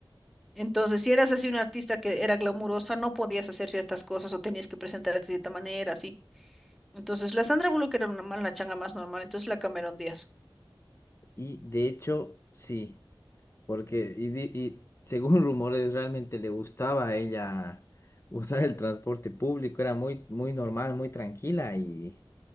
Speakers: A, in the centre; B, on the left (about 30°).
A: Entonces, si eras así una artista que era glamurosa, no podías hacer ciertas cosas o tenías que presentarte de cierta manera, así. Entonces, la Sandra Bullock era una, ma- la changa más normal, entonces la Cameron Díaz.
B: Y de hecho, sí. Porque, y, di- y según <laughs> rumores, realmente le gustaba a ella usar el transporte público, era muy, muy normal, muy tranquila y